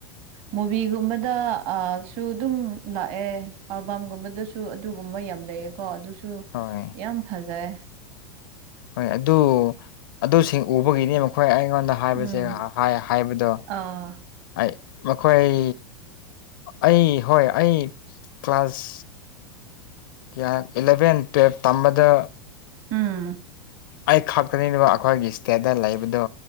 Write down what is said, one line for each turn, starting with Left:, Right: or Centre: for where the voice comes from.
Right: ꯃꯨꯚꯤꯒꯨꯝꯕꯗ ꯑ ꯁꯨ ꯗꯨꯝ ꯂꯥꯑꯦ ꯑꯦꯜꯕꯝꯒꯨꯝꯕꯗꯁꯨ ꯑꯗꯨꯒꯨꯝꯕ ꯌꯥꯝ ꯂꯩꯌꯦ ꯀꫭ ꯑꯗꯨꯁꯨ ꯁꯨꯨ
Left: ꯍꯣꯏ
Right: ꯌꯥꯝ ꯐꯖꯩ
Left: ꯍꯣꯏ ꯑꯗꯨ ꯑꯗꯨꯁꯤꯡ ꯎꯕꯒꯤꯅꯦ ꯃꯈꯣꯏ ꯑꯩꯉꯣꯟꯗ ꯍꯥꯏꯕꯁꯦ
Right: ꯎꯝ
Left: ꯍꯥꯏ ꯍꯥꯏꯕꯗꯣ
Right: ꯑꯥ
Left: ꯑꯩ ꯃꯈꯣꯏ ꯑꯩ ꯍꯣꯏ ꯑꯩ ꯀ꯭ꯂꯥꯁ ꯀꯌꯥ ꯏꯂꯚꯦꯟ ꯇꯨꯌꯦꯜꯄ ꯇꯝꯕꯗ
Right: ꯎꯝ
Left: ꯑꯩ ꯈꯛꯇꯅꯤꯕ ꯑꯩꯈꯣꯏꯒꯤ ꯏꯁꯇꯦꯠꯇ ꯂꯩꯕꯗꯨ